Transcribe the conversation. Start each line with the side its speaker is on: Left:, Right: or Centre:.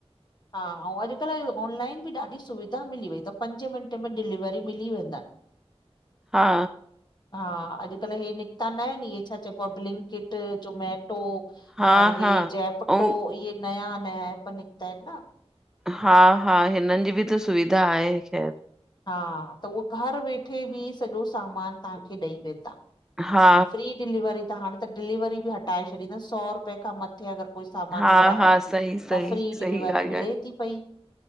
Left: हा अउ अॼकल्ह ऑनलाइन बि ॾाढी सुविधा मिली वई त पंजे मिंटे में डिलीवरी मिली वेंदन।
Centre: हा
Left: हा अॼकल्ह हे निकता न आहिन इहे छा चइबो आ बलिंकिट जमेटो
Centre: हा
Left: और
Centre: हा
Left: हे जैपटो
Centre: ऐं
Left: इहे नया नया एप निकता आहिन न।
Centre: हा हा हिनन जी बि त सुविधा आहे ख़ैर।
Left: हा त उहो घर वेठे ॿि सॼो सामान तव्हांखे ॾई वेंदा।
Centre: हा
Left: फ्री डिलीवरी त हाणें त डिलीवरी ॿि हटाए छॾींतन सौ रुपए खां मत्थे अगर कोई सामान
Centre: हा
Left: घुराए
Centre: हा सही सही
Left: त फ्री
Centre: सही
Left: डिलीवरी
Centre: ॻाल्हि
Left: मिले
Centre: आहे
Left: ती पई।